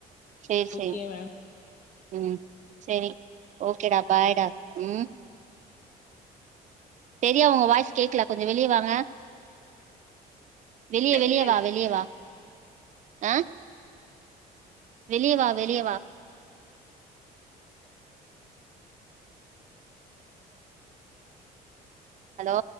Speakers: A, on the right (about 45°); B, on the left (about 50°).
A: சேரி சேரி
B: ஓகே மேம்
A: ம் சேரி ஓகே டா பாய் டா உம் சரியா உங்க வாய்ஸ் கேட்கல கொஞ்ச வெளியே வாங்க
B: கரண்ட்
A: வெளியே வெளியவா வெளியவா ஆஹ வெளியவா வெளியவா ஹலோ